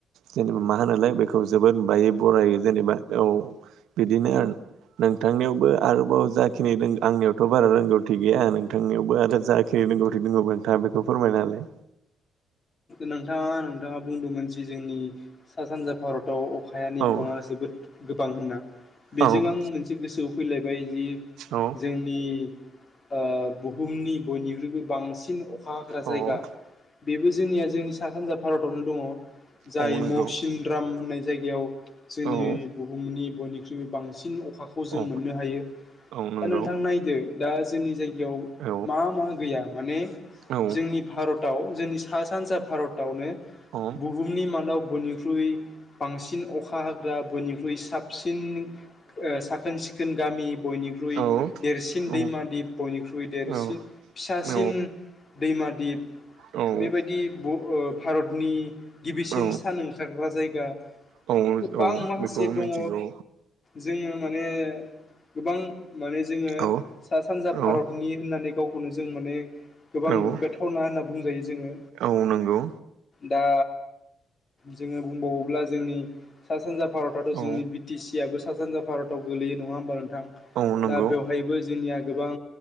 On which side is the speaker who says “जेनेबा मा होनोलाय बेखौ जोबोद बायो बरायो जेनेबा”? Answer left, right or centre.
Right